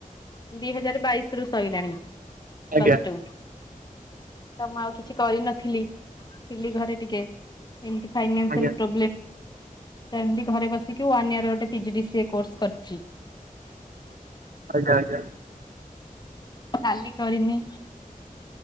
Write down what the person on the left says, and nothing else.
ଦି ହଜାର ବାଇଶ ରୁ ସରିଲାଣି।
ପ୍ଲସ ଟୁ ତ ମୁଁ ଆଉ କିଛି କରିନଥିଲି ଥିଲି ଘରେ ଟିକେ। ଏମିତି ଫାଇନାନ୍ସଆଲ
ତ ଏମିତି ଘରେ ବସିକି ଓନେ ୟେର ଗୋଟେ ପିଜିଡିସିଏ କ୍ରୋସ କରିଛି।
ଟାଲି କରିନି।